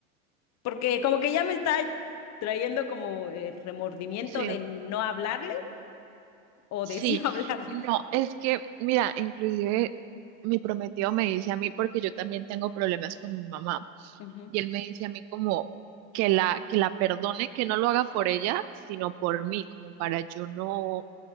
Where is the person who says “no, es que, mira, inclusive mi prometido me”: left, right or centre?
Right